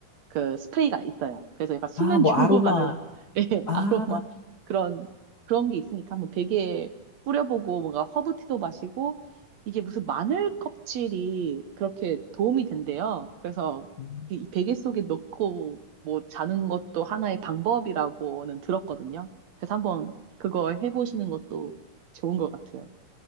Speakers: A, on the right; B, on the left.
A: 그 스프레이가 있어요. 그래서 약간 수면
B: 아, 뭐,
A: 유도하는
B: 아로마,
A: <laughs> 예,
B: 아,
A: 아로마 그런 그런 게 있으니까 한번 베개에 뿌려보고 뭔가 허브티도 마시고 이게 무슨 마늘 껍질이 그렇게 도움이 된대요. 그래서
B: 음.
A: 이 베개 속에 넣고 뭐 자는 것도 하나의 방법이라고는 들었거든요. 그래서 한번 그거 해보시는 것도 좋은 것 같아요.